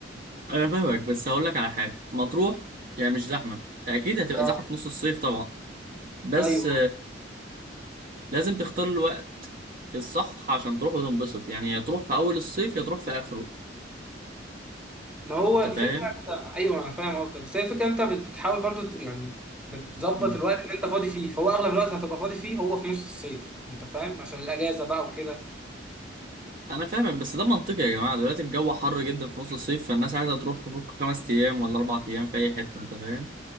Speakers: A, on the right; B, in the centre.
A: أنا فاهمك بس هقول لك على حاجة مطروح يعني مش زحمة أكيد هتبقى
B: آه.
A: زحمة في نص الصيف طبعا بس
B: ايوه
A: لازم تختار الوقت الصح عشان تروح وتنبسط يعني يا تروح في اول الصيف يا تروح في اخره
B: ما هو
A: انت
B: الفكرة
A: فاهم
B: انت ايوه انا فاهم قصدك بس هي الفكرة انت بت- بتحاول برضو ت- يعني بتظبط
A: مم.
B: الوقت اللي انت فاضي فيه فهو اغلب الوقت هتبقى فاضي فيه هو في نص الصيف انت فاهم عشان الاجازة بقى وكده
A: انا فاهمك بس ده منطقي يا جماعه دلوقتي الجو حر جدا في نص الصيف فالناس عايزه تروح تفك خمس ايام ولا اربع ايام في اي حته انت فاهم